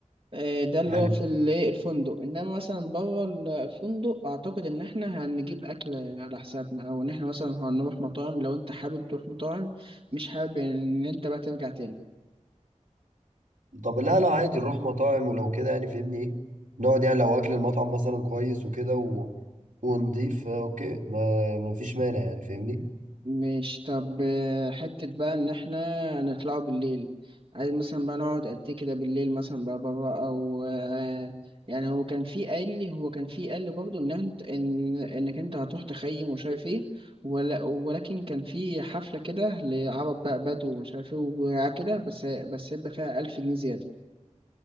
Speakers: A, on the right; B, on the right.
A: آه ده اللي
B: حلو
A: هو في ال- إيه، الفندق انما مثلا بره ال- الفندق اعتقد ان احنا هنجيب اكل على حسابنا او ان احنا مثلا هنروح مطاعم لو انت حابب تروح مطاعم مش حابب ان انت بقى ترجع تاني
B: طب لا لا عادي نروح مطاعم ولو كده يعني فهمني ايه نقعد يعني لو اكل المطعم مثلا كويس وكده و... ونضيف آه، اوكي ما ما فيش مانع يعني فاهمني
A: مش طب آه، حتة بقى إن إحنا نطلعوا بالليل عايز مثلا بقى نقعد قد إيه كده بالليل مثلا بقى بره أو آه، يعني هو كان في قال لي هو كان في قال لي برضه إن أنت إن إنك أنت هتروح تخيم ومش عارف إيه ولا ولكن كان في حفلة كده لعرب بقى بدو ومش عارف إيه وكده بس بس هيبقى فيها ألف جنيه زيادة